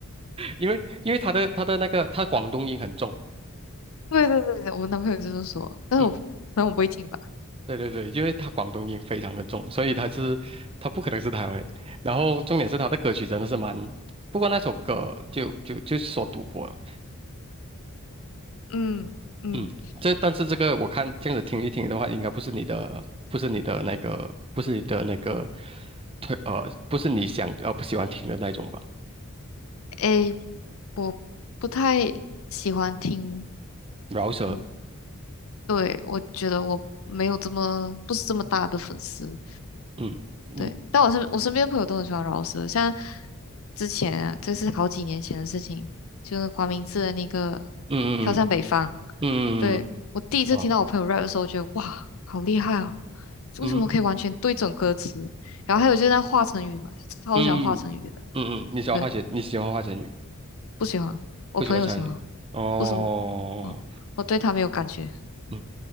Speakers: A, on the right; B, on the left.
A: 因为因为他的他的那个他广东音很重，
B: 对对对，我男朋友就是说，但是我不可能我不会听吧，
A: 嗯，对对对，因为他广东音非常的重，所以他是他不可能是台湾人。然后重点是他的歌曲真的是蛮，不过那首歌就就就是说赌博了，
B: 嗯嗯，
A: 嗯，这但是这个我看这样子听一听的话，应该不是你的，不是你的那个，不是你的那个推呃，不是你想呃不喜欢听的那种吧，
B: 诶，我不太喜欢听，
A: 饶舌。
B: 嗯，对，我觉得我没有这么不是这么大的粉丝，
A: 嗯。嗯，
B: 对，但我身我身边的朋友都很喜欢饶舌，像之前啊，这是好几年前的事情，就是黄明志的那个
A: 嗯
B: 《飘向北方》。
A: 嗯嗯
B: 对，我第一次听到我朋友
A: 嗯
B: rap 的时候，觉得哇，好厉害哦！为什么可以完全对准歌词？
A: 嗯嗯嗯
B: 然后还有就是那华晨宇嘛，超喜欢华晨宇的。
A: 嗯嗯，嗯嗯你喜欢华晨你喜欢花钱鱼，
B: 对，不喜欢，我朋友喜欢，
A: 不喜欢鲨鱼。哦，
B: 不是我。嗯，我对他没有感觉。
A: 嗯，